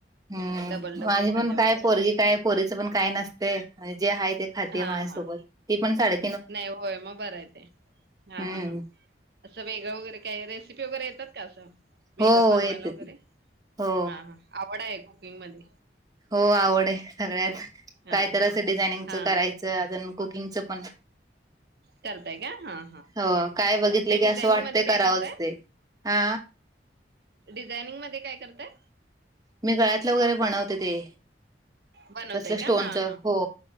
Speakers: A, on the right; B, on the right.
A: हूं
B: डबल डबल
A: माझी पण
B: भाज्या
A: काय
B: वगैरे
A: पोरगी
B: असं
A: काय! पोरीच पण काय नसतयं अन जे आहे ते खातेयं
B: हा
A: माझ्यासोबत
B: हा
A: ती पण साडे
B: नाही होय म बरं आहे ते हा
A: हम्म
B: हा! असं वेगळं वगैरे काय, रेसिपी वगैरे येतात का असं? वेगळ
A: हो हो
B: बनवायला
A: येते ती
B: वगैरे
A: हो
B: हा हा, आवड आहे कुकिंग मध्ये.
A: हो आवड आहे सगळ्यात काय
B: हा
A: तर
B: हा
A: असं डिझायनिंगच
B: हा
A: करायचं, अजून कुकिंगचं पण.
B: करताय का हा हा
A: हो काय बघितले की
B: डिझायनिंग
A: असं वाटतय
B: मध्ये काय
A: करावंच
B: करताय
A: ते हा!
B: डिझायनिंग मध्ये काय करताय?
A: मी गळ्यातलं वगैरे बनवते ते!
B: बनवते
A: तसलं
B: का
A: स्टोनच
B: हा
A: हो
B: हां